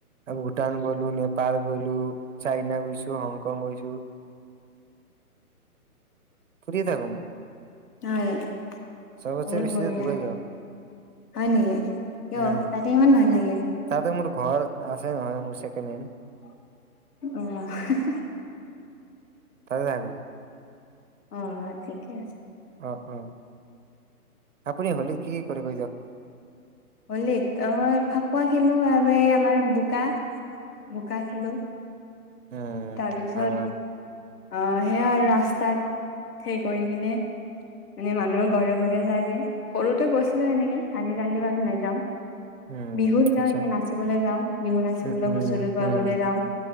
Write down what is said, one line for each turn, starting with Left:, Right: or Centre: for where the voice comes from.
Right: ভূটান গ'লো নে, পাৰ গ'লো, চাইনা গুছো, হংকং গৈছো, ফুৰি থাকো মই।
Left: হয়',
Right: চবতছে
Left: বহুত
Right: বেছি
Left: বঢ়িয়া
Right: ডুবাই যাওঁ
Left: হয়', নেকি কিয়?
Right: উম
Left: তাতে ইমান ভাল লাগে?
Right: তাতে মোৰ ঘৰ আছে নহয়, মোৰ ছেকেণ্ড-হেণ্ড,
Left: আহ',
Right: তাতে থাকোঁ।
Left: অ', ঠিকে আছে।
Right: অ', -অ', আপুনি হোলীত কি', - কি', কৰে কৈ যাওক?
Left: হোলীত অ', ফাকুৱা খেলো, আৰু এই', আমাৰ বোকা-বোকা খেলো।
Right: উম
Left: তাৰপিছত
Right: ভাল ভাল
Left: অঁ সেয়া আৰু ৰাস্তাত সে কৰি কিনে এনে মানুহৰ ঘৰে ঘৰে যায় যে সৰুতে গৈছিলো এনেকে আজিকালি ইমান নাযাওঁ
Right: উম
Left: বিহুত যাওঁ
Right: আচ্ছা
Left: এতিয়া নাচিবলৈ যাওঁ বিহু নাচিবলৈ
Right: উম উম
Left: হুচৰি গোৱাবলৈ
Right: উম
Left: যাওঁ